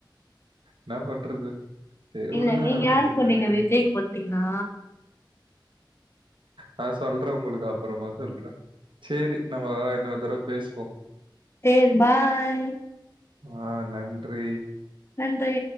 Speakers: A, on the right; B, on the left.
A: ன்னா பண்றது சரி
B: இல்ல
A: விடுங்க.
B: நீங்க
A: அத
B: யாரு
A: பத்தி
B: போட்டீங்க
A: என்னத்துக்கு?
B: விஜய்கு போட்டீங்களா
A: நா சொல்றே உங்ளுக்கு அப்றொமா சொல்றே சேரி நம்ம இன்னொரு தடவ பேசுவோ
B: சேர் பாய்
A: ஆ நன்றி
B: நன்றி